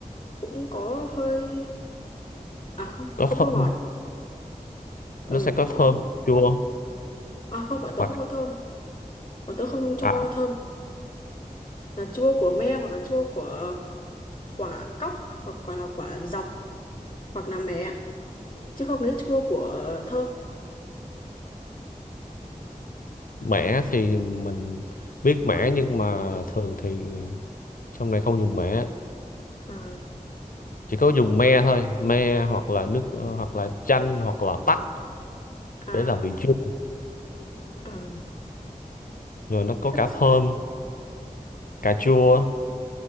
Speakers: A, on the left; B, on the left.
A: cũng có hơi à không
B: có
A: không
B: thơm
A: có ngọt ừ
B: nó sẽ có thơm
A: không.
B: chua
A: à không bọn tớ
B: và
A: không có thơm bọn tớ không cho
B: à
A: thơm là chua của me hoặc là chua của quả cóc hoặc là quả dọc hoặc là mẹ chứ không lấy chua của thơm
B: mẻ thì mình biết mẻ nhưng mà thường thì trong này không dùng mẻ
A: à
B: chỉ có dùng me thôi me hoặc là nước ờ, hoặc là chanh hoặc là tắc
A: à
B: để làm vị chua
A: à
B: rồi nó có
A: thế
B: cả
A: cũng
B: thơm cà chua